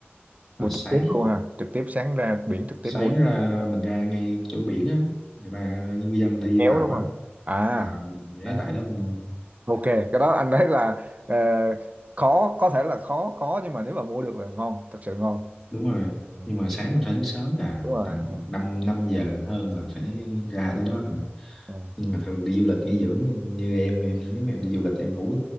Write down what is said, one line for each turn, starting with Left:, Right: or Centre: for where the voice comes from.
Right: mua
Centre: là sáng
Right: trực tiếp luôn ha trực tiếp sáng ra biển trực
Centre: sáng
Right: tiếp mua
Centre: ra mình ra ngay chỗ biển á người ta người dân tự đi
Right: kéo
Centre: vào
Right: đúng
Centre: á
Right: không à
Centre: à, ghé
Right: à
Centre: tại đó mình mua
Right: ok cái đó anh thấy là ờ, khó có thể là khó khó nhưng mà nếu mà mua được là ngon thật sự ngon
Centre: đúng rồi
Right: ừ.
Centre: nhưng mà sáng mình phải thức sớm là
Right: đúng rồi
Centre: tầm
Right: ờ,
Centre: 5 năm giờ hơn là phải ra tới đó à.
Right: ờ.
Centre: nhưng mà thường đi du lịch nghỉ dưỡng như em em nếu mà em đi du lịch em ngủ